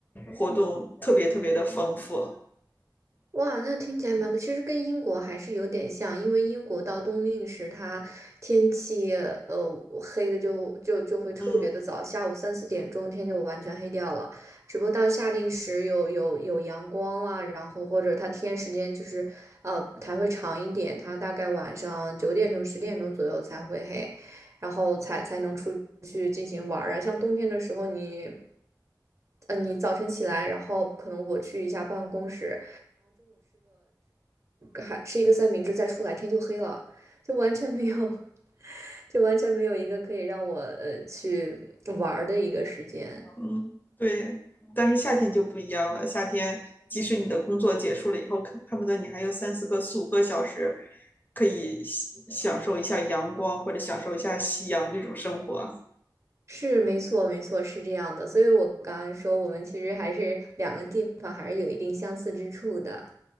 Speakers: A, on the left; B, on the right.
A: 活动特别特别的丰富，
B: 哇，那听起来蛮不，其实跟英国还是有点像，因为英国到冬令时，它天气呃黑的就就就会特别的早，
A: 嗯。
B: 下午三四点钟天就完全黑掉了。只不过到夏令时有有有阳光啦，然后或者它天时间就是呃它会长一点，它大概晚上九点钟十点钟左右才会黑，然后才才能出去进行玩儿啊。像冬天的时候你。呃，你早晨起来，然后可能我去一下办公室，还吃一个三明治，再出来天就黑了，就完全没有，<laughs> 就完全没有一个可以让我呃去玩儿的一个时间。
A: 嗯，对，但是夏天就不一样了。夏天，即使你的工作结束了以后，可恨不得你还有三四个、四五个小时，可以享享受一下阳光或者享受一下夕阳这种生活。
B: 是，没错，没错，是这样的。所以我刚刚说，我们其实还是两个地方还是有一定相似之处的。